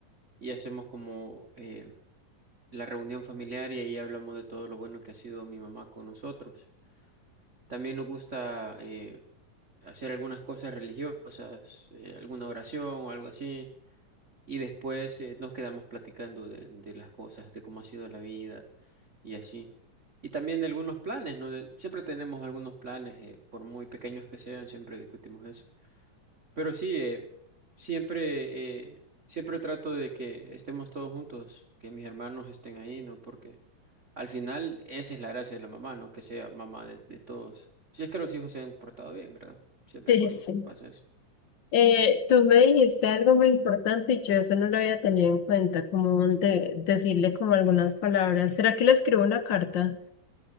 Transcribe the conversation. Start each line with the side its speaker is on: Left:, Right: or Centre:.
Right: y hacemos como... eh, la reunión familiar y ahí hablamos de todo lo bueno que ha sido mi mamá con nosotros. También nos gusta eh, hacer algunas cosas religiosas, eh, alguna oración o algo así, y después eh, nos quedamos platicando de, de las cosas, de cómo ha sido la vida y así. Y también de algunos planes, ¿no? De- Siempre tenemos algunos planes, eh, por muy pequeños que sean, siempre discutimos eso. Pero sí, eh, siempre, eh, siempre trato de que estemos todos juntos, que mis hermanos estén ahí, ¿no? Porque al final esa es la gracia de la mamá, ¿no? Que sea mamá de, de todos. Si es que los hijos se han portado bien, ¿verdad? Siempre
Left: Sí,
Right: y cuando
Left: sí.
Right: pase eso.
Left: Eh, tú me dijiste algo muy importante y yo eso no lo había tenido en cuenta, como de- decirle como algunas palabras. ¿Será que le escribo una carta?